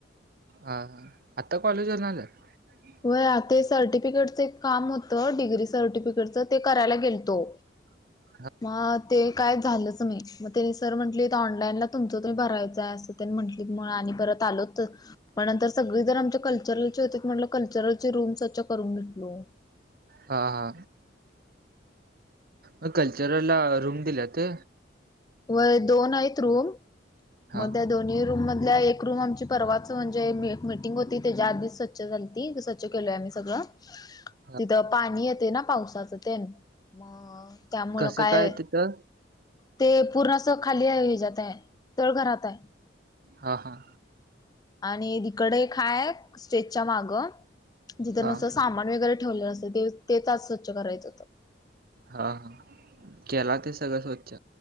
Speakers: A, on the right; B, on the left.
A: हा हा आता कॉलेजवरनं आलाय?
B: व्हय ते सर्टिफिकेटचं एक काम होतं डिग्री सर्टिफिकेटच ते करायला गेलतो.
A: <inaudible>
B: मग ते काय झालंच नाही मग त्यानी सर म्हटली तर ऑनलाईनला तुमचं तर भरायचंय आसच त्यानी म्हटली मग आम्ही परत आलो तर मग नंतर सगळी जण कल्चरलचे होते म्हटलं कल्चरलचे रूम्स स्वच्छ करून घेतलो.
A: हा हा मग कल्चरल ला रूम दिलात.
B: वय दोन आहेत रूम
A: हा
B: मध्ये दोन रूम मध एक रूम आमची परवाच म्हणजे मिटिंग होती त्याच्या आधीच स्वच्छ झालती तसं चकेलंय मी सगळं.
A: <inaudible>
B: तिथं पाणी येते ना पावसाचं तेन मग त्यामुळं
A: कसं
B: काय.
A: तिथं
B: ते पुराचं खाली ये जातंय तळघरातय.
A: हा हाहा.
B: आणि हिकडं एक हाय स्टेटच्या माग. जिथं
A: हा
B: नसतं सामान वगैरे ठेवलेलं असतं तेच स्वच्छ करायचं होतं.
A: हा हा केला ते सगळं स्वच्छ?